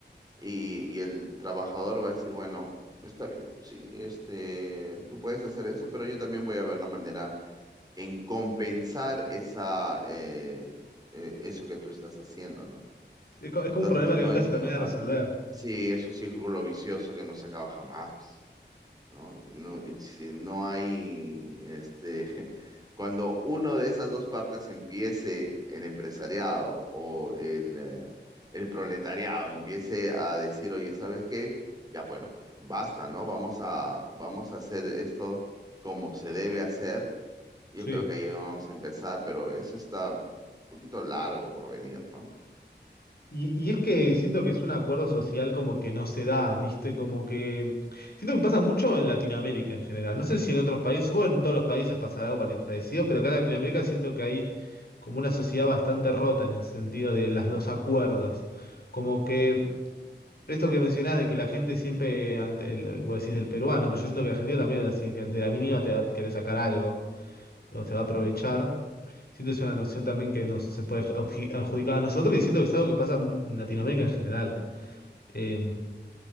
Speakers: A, on the right; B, on the left.
A: Y, y el trabajador va a decir, bueno, está bien, sí, este, tú puedes hacer eso, pero yo también voy a ver la manera en compensar esa, eh, eh, eso que tú estás haciendo, ¿no?
B: es, co- es
A: Entonces
B: como un problema
A: no
B: que nunca
A: es
B: se
A: ni
B: termina
A: una
B: de resolver.
A: otra. Sí, es un círculo vicioso que no se acaba jamás, ¿no? No, y si no hay, este, <laughs> cuando uno de esas dos partes empiece, el empresariado o el, eh, el proletariado empiece a decir, oye, ¿sabes qué? Ya, bueno, pues basta, ¿no? Vamos a, vamos a hacer esto como se debe hacer. Yo
B: Sí.
A: creo que ahí vamos a empezar, pero eso está un poquito largo por venir, ¿no?
B: Y, y es que siento que es un acuerdo social como que no se da, ¿viste? Como que... Siento que pasa mucho en Latinoamérica en general. No sé si en otros países, bueno, en todos los países pasará algo pare- parecido, pero acá en Latinoamérica siento que hay como una sociedad bastante rota en el sentido de las, los acuerdos. Como que esto que mencionás de que la gente siempre, ante el, vos decís del peruano, pero yo siento que el argentino también es así, que ante la mínima te va a querer sacar algo o se va a aprovechar. Siento que es una noción también que nos se puede adjudic- adjudicar a nosotros y siento que es algo que pasa en Latinoamérica en general. Eh,